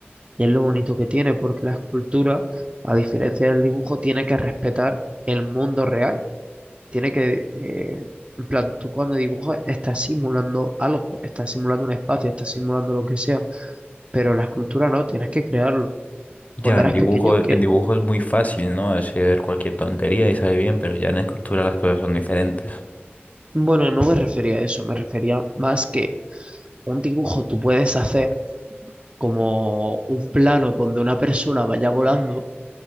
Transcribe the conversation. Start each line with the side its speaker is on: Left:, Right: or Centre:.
Right: Y es lo bonito que tiene, porque la escultura, a diferencia del dibujo, tiene que respetar el mundo real. Tiene que, eh, en plan, tú cuando dibujas estás simulando algo, estás simulando un espacio, estás simulando lo que sea, pero la escultura no, tienes que crearlo.
Left: Ya
Right: Cuando
Left: en
Right: eras
Left: dibujo,
Right: pequeño, que,
Left: en dibujo es muy fácil, ¿no? Hacer cualquier tontería y sale bien, pero ya en escultura las cosas son diferentes.
Right: bueno, no me refería a eso, me refería más que un dibujo tú puedes hacer como un plano donde una persona vaya volando,